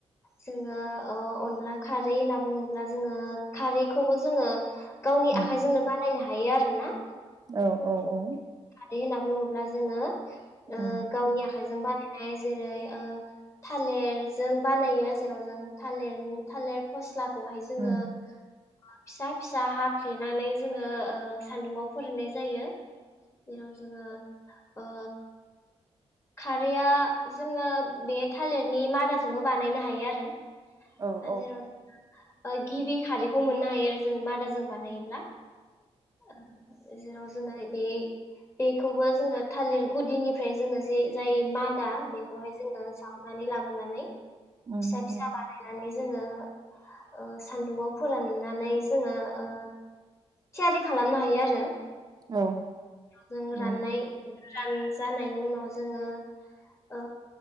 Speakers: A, on the left (about 25°); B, on the right (about 35°).
A: जोंङो अ अनला खारै होनना बुंङोब्ला जोंङो। खारैखौबो जोंङो गावनि
B: उम
A: आखाइजोंनो बानायनो हा हायो आरोना
B: औ औ औ
A: आय होनना बुंङोब्ला जोंङो आ
B: उम
A: गावनि आखाइजों बार जेरै आ थालिरजों बानायो जेराव जों थालिर थालिर फस्ला खौहाय जोंङो
B: उम
A: आ फिसा फिसा हाफ्लेनानै जोंङो आ सान्दुंङाव फोराननाय जायो। जेराव जोंङो। ओ। खारैआ जोंङो बे थालिरनि मादाजोंबो बानायनो हायो आरो।
B: औ
A: हाजेराव
B: औ
A: आ गिबि खारैखौ मोननो हायो आरो जों मादाजों बानायोब्ला। ओ। जेराव जोंङो बे बेखौबो जोंङो थालिर गुदिनिफ्राय जोंङो जि जाय मादा बे खौहाय जोंङो जावनानै ला बोननानै।
B: उम
A: फिसा फिसा
B: उम
A: बानायनानै जोंङो आ सानदुंङाव फोराननानै जोंङो आ थियारि खालामनो हायो आरो।
B: औ
A: जों
B: उम
A: राननाय। रान जानायनि उनाव जोङो ओ